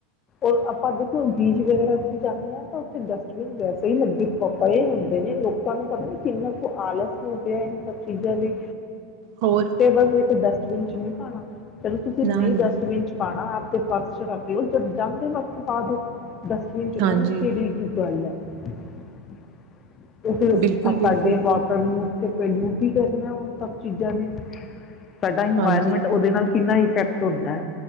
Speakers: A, on the left; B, on the right.
A: ਔਰ ਆਪਾਂ ਦੇਖੋ ਬੀਜ ਵਗੈਰਾ ਤੇ ਜਾਂਦੇ ਹਾਂ ਤਾਂ ਉੱਥੇ ਡਸਟਬਿਨ ਵੈਸੇ ਹੀ ਲੱਗੇ ਪਏ ਹੁੰਦੇ ਨੇ ਲੋਕਾਂ ਨੂੰ ਪਤਾ ਨੀ ਕਿੰਨਾ ਕੁ ਆਲਸ ਹੋ ਗਿਆ ਹੈ। ਇਹ ਸਭ ਚੀਜ਼ਾਂ ਲਈ
B: ਹੋਰ
A: ਬਸ ਵਿੱਚ ਦੱਸ ਵਿੱਚ ਨੀ ਪਾਣਾ ਅਗਰ ਤੁਸੀਂ
B: ਨਾ
A: ਨਹੀਂ
B: ਨਾ
A: ਡਸਟਬਿਨ ਚ ਪਾਣਾ ਆ ਤੇ ਪਾਸੇ ਰੱਖ ਲਵੋ ਜਦ ਜਾਂਦੇ ਬਾਕੀ ਪਾਦੋ ਡਸਟਬੀਨ ਚ ਉਹਨੂੰ
B: ਹਾਂਜੀ
A: ਕਿਹੜੀ ਕੀ ਗੱਲ ਏ। <inaudible> ਤੇੇ ਫਿਰ
B: ਬਿਲਕੁਲ ਬਿਲਕੁਲ
A: ਸਾਡੇ ਵਾਟਰ ਨੂੰ ਫਿਰ ਪਲੇਊਟ ਹੀ ਕਰਨਾ ਉਹ ਸਭ ਚੀਜ਼ਾਂ ਨੇ ਸਾਡਾ ਇਨਵਾਇਰਮੈਂਟ
B: ਹਾਂਜੀ
A: ਉਹਦੇ ਨਾਲ ਕਿੰਨਾ ਇਫਕਟ ਹੁੰਦਾ।